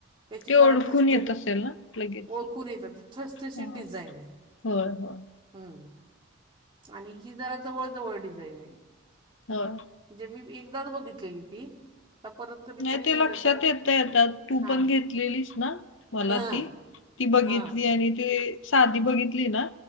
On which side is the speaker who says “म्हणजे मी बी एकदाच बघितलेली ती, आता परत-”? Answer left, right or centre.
Right